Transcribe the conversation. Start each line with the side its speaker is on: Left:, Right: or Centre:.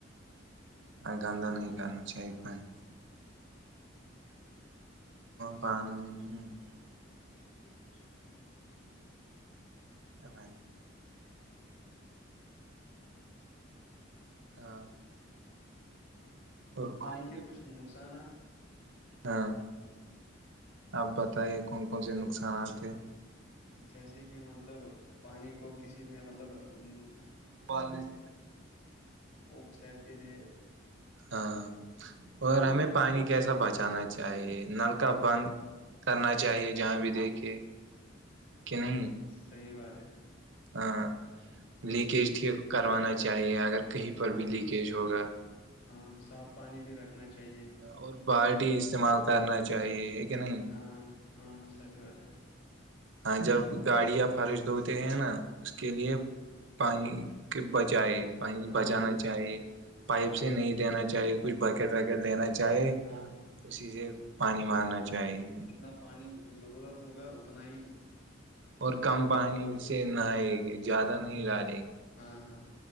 Right: ہاں گندا نہیں <unintelligible> <inaudible> پانی
Left: ج
Right: اب ہاں اور پانی
Left: کے کچھ نقصانات
Right: ہاں آپ بتائیے کون کو سے نقصانات ہے
Left: جیسے کہ مطلب پانی کو کسی بھی مطلب ہ
Right: ابالنے سے
Left: وہ صحت کے لیے
Right: ہاں اور ہمیں پانی کیسا بچانا چاہیے نل کا بند کرنا چاہیے جہاں بھی دیکھے کہ نہیں
Left: صحی بات ہے
Right: ہاں لیکیج ٹھیک کروانا چاہیے اگر کہیں پر
Left: ہاں
Right: بھی
Left: ہاں
Right: لیکیج ہوگا
Left: ہاں ہاں صاف پانی بھی رکھنا چاہیے
Right: اور بالٹی استعمال کرنا چاہیے کہ نہیں
Left: ہاں ہاں سچ بات ہے
Right: ہاں جب گاڑیاں فرش دھوتے ہیں نا اس کے لیے پانی کے بچائے پانی
Left: ہاں
Right: بچانا
Left: ہاں
Right: چاہیے پائپ سے نہیں دینا چاہیے کچھ بکٹ وکیٹ لینا چاہے
Left: ہاں ہاں
Right: اسی سے پانی مارنا چاہیے
Left: جتنا پانی ضرورت ہوگا اتنا ہی
Right: اور کم پانی سے نہائے گی زیادہ نہیں ڈالے گی
Left: ہاں ہاں